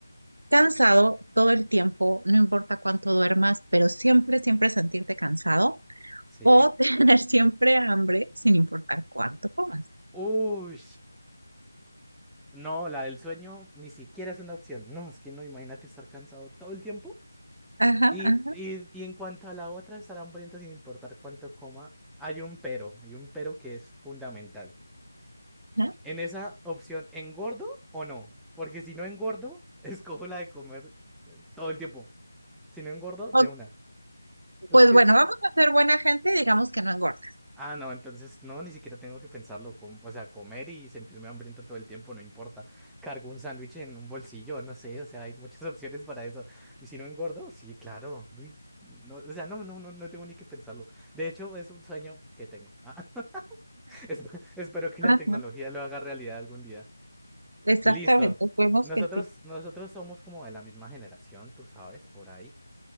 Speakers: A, on the right; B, in the centre.
A: cansado todo el tiempo, no importa cuánto duermas, pero siempre, siempre sentirte cansado?
B: Sí.
A: ¿O <laughs> tener siempre hambre sin importar cuánto comas?
B: Uy, no, la del sueño ni siquiera es una opción. No, es que no, imagínate estar cansado todo el tiempo.
A: Ajá,
B: Y,
A: ajá,
B: y, y en cuanto a la otra, estar hambriento sin importar cuánto coma, hay un pero, hay un pero que es fundamental.
A: ajá.
B: En esa opción, ¿engordo o no? Porque si no engordo, <laughs> escojo la de comer todo el tiempo. Si no engordo, de
A: O-
B: una. Es
A: pues
B: que
A: bueno,
B: sí.
A: vamos a ser buena gente, digamos que no engorda.
B: Ah, no, entonces no, ni siquiera tengo que pensarlo. com- o sea, comer y sentirme hambriento todo el tiempo, no importa. Cargo un sándwich en un bolsillo, no sé, o sea, hay muchas <laughs> opciones para eso. Y si no engordo, sí, claro. uy, no, o sea, no, no, no, no tengo ni que pensarlo. De hecho, es un sueño que tengo. Ah, <laughs> esp- espero que
A: Ajá,
B: la tecnología lo haga realidad algún día.
A: exactamente,
B: Listo.
A: vemos
B: Nosotros,
A: que sí.
B: nosotros somos como de la misma generación, tú sabes, por ahí.